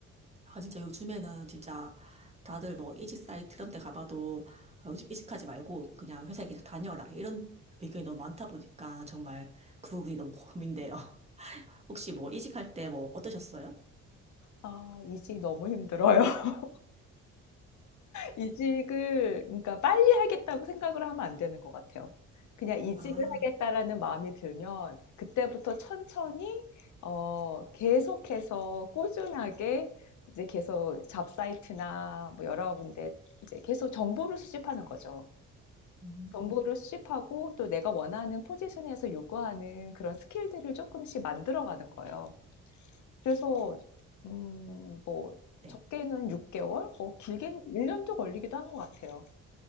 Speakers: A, on the right; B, on the left.
A: 아, 진짜 요즘에는 진짜 다들 뭐 이직 사이트 이런 데 가봐도, 아, 요즘 이직하지 말고 그냥 회사에 계속 다녀라. 이런 의견이 너무 많다 보니까 정말 그 부분이 너무 고민돼요. <laughs> 혹시 뭐 이직할 때 뭐 어떠셨어요?
B: 아 이직 너무 힘들어요. <laughs> 이직을 그러니까 빨리 하겠다고 생각을 하면 안 되는 것 같아요. 그냥 '이직을
A: 아,
B: 하겠다.'라는 마음이 들면 그때부터 천천히 어 계속해서 꾸준하게 이제 계속 잡사이트나 뭐 여러 군데 이제 계속 정보를 수집하는 거죠.
A: 음.
B: 정보를 수집하고 또 내가 원하는 포지션에서 요구하는 그런 스킬들을 조금씩 만들어 가는 거예요. 그래서 음, 뭐
A: 네.
B: 적게는 6개월, 뭐 길게는 일 년도 걸리기도 한 것 같아요.